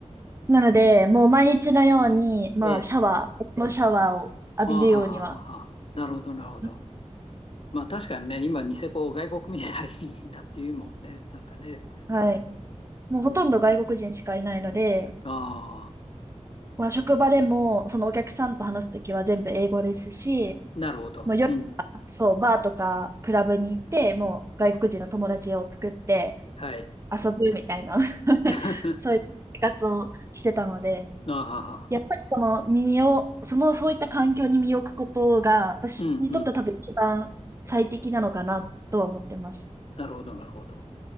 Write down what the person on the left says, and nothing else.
ええ。
ああ、はあはあはあ。なるほど、なるほど。
まあ確かにね、今、ニセコを外国みたいだっていうもんね。なんかね。
うん。あ
あ、なるほど。
うん。
はい。
<laughs>
ああ、はあはあ
うんうん。なるほど、なるほど。